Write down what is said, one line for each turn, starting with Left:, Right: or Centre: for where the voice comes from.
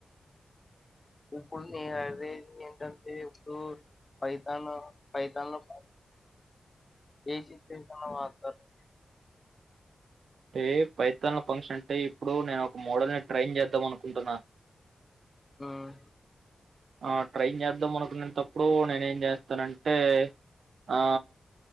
Left: ఇప్పుడు అదే ఏంటంటే ఇప్పుడు ఫైతాన్ ఫైతాన్ లో ఏ సిచ్యువేషన్ లో వాడరు
Right: అంటే పైతాన్ ల ఫంక్షన్ అంటే ఇప్పుడు నేను ఒక మోడల్ని ట్రైన్ చేద్దాం అనుకుంటున్నా
Left: హ్మ్.
Right: ఆ ట్రైన్ జెత్ ద్దాం మనుకునేటప్పుడు నేనే ఏం చేస్తనంటే ఆ